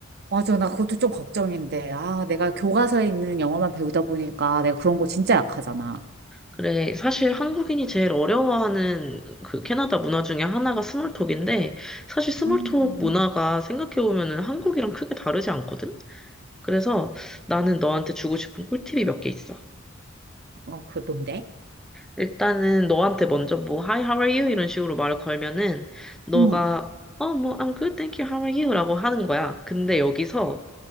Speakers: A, on the right; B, in the centre.
A: 맞아, 나 그것도 좀 걱정인데. 아, 내가 교과서에 있는 영어만 배우다 보니까 내가 그런 거 진짜 약하잖아.
B: 그래, 사실 한국인이 제일 어려워하는 그 캐나다 문화 중에 하나가 스몰톡인데, 사실 스몰톡
A: 음,
B: 문화가 생각해보면은 한국이랑 크게 다르지 않거든? 그래서 나는 너한테 주고 싶은 꿀팁이 몇 개 있어.
A: 어, 그걸 뭔데?
B: 일단은 너한테 먼저 뭐, Hi, how are you? 이런 식으로 말을 걸면은, 너가,
A: 응
B: 어, 뭐, I'm good, thank you, how are you? 라고 하는 거야. 근데 여기서